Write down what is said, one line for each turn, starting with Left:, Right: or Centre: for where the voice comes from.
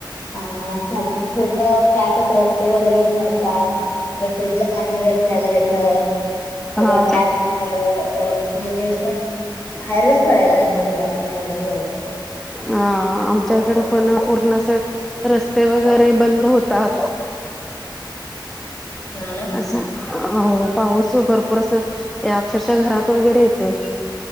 Left: अ पूर्ण पॅकत रस्त ते वगैरे भरतात गटरीतलं पाणी रस्त्यावर येतं सगळं
Centre: हा
Left: पॅक तर म्हणजे सर बाहेरच कळायला नको घरातून एवढं हे होतं.
Centre: आ आमच्या इकडे पण पूर्ण अस रस्ते वगैरे बंद होतात.
Left: हा ना ह.
Centre: असं हो पाऊस भरपूर असं अक्षरशः घरात वगैरे येतेय.